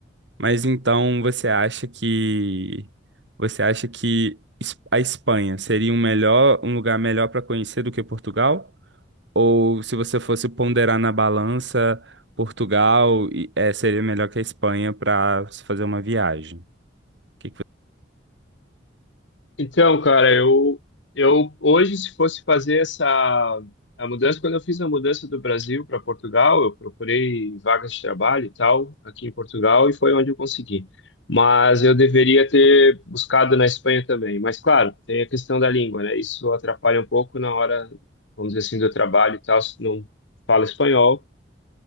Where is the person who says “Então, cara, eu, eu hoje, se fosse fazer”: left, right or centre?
Left